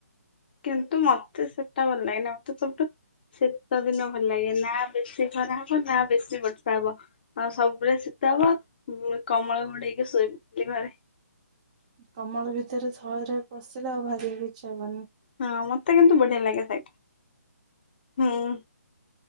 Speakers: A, on the left; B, on the right.
A: କିନ୍ତୁ ମତେ ସେଟା ଭଲ ଲାଗେନି ମତେ ସବୁଠୁ ଶୀତ ଦିନ ଭଲ ଲାଗେ। ନା ବେଶୀ ଖରା ହବ ନା ବେଶୀ ବର୍ଷା ହବ। ଆଉ ସବୁବେଳେ ଶୀତ ହବ ଉ କମଳ ଘୋଡ଼େଇ ହେଇକି ଶୋଇପଡୁଚି ଘରେ।
B: କମଳ ଭିତରେ ଥରେ ପସିଲେ ଆଉ ବାହାରି ବାକୁ ଇଛା ହେବନି।
A: ହଁ ମତେ କିନ୍ତୁ ବଢିଆ ଲାଗେ ସେଇଠି ହୁଁ।